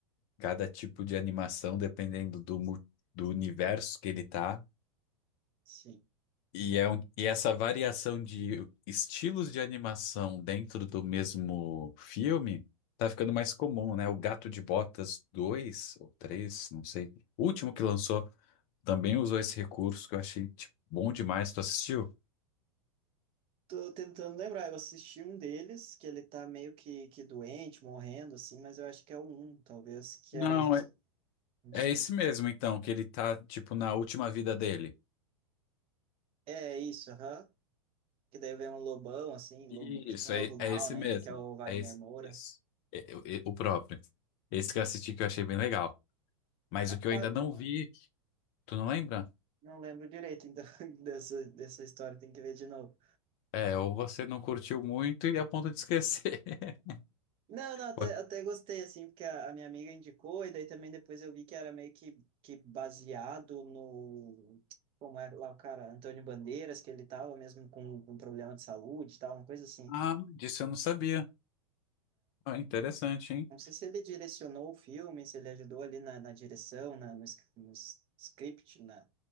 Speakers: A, on the left; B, on the right.
A: Cada tipo de animação, dependendo do, mu- do universo que ele tá.
B: Sim.
A: E, é um, e essa variação de estilos de animação dentro do mesmo filme tá ficando mais comum, né? O Gato de Botas 2 ou 3 não sei. O último que lançou também usou esse recurso que eu achei, tipo, bom demais. Tu assistiu?
B: Tô tentando lembrar, eu assisti um deles, que ele tá meio que, que doente, morrendo, assim, mas eu acho que é o um, talvez, que
A: Não,
B: era justo,
A: é.
B: não
A: É
B: sei.
A: esse mesmo, então, que ele tá, tipo, na última vida dele.
B: É isso, aham. Que daí vem um lobão, assim,
A: Isso,
B: lobo, tipo um
A: é,
B: lobo
A: é
B: mau,
A: esse
B: né?
A: mesmo.
B: Que é o Wagner
A: É esse,
B: Moura.
A: isso. É- é- é o próprio. Esse
B: Uhum.
A: que eu assisti que eu achei bem legal. Mas
B: Rapaz,
A: o que eu ainda não
B: mas não,
A: vi, tu não lembra?
B: não lembro direito, então, <laughs> dessa, dessa história, tem que ver de novo.
A: É, ou você não curtiu muito e a ponto de esquecer. <laughs>
B: Não, não, até,
A: Pode-
B: até gostei, assim, porque a, a minha amiga indicou, e daí também depois eu vi que era meio que, que baseado no. Como é lá o cara, Antônio Bandeiras, que ele tava mesmo com, com problema de saúde e tal, uma coisa assim.
A: Ah, disso eu não sabia. Ah, interessante, hein?
B: Não sei se ele direcionou o filme, se ele ajudou ali na, na direção, na, no, sc- no s- script, na,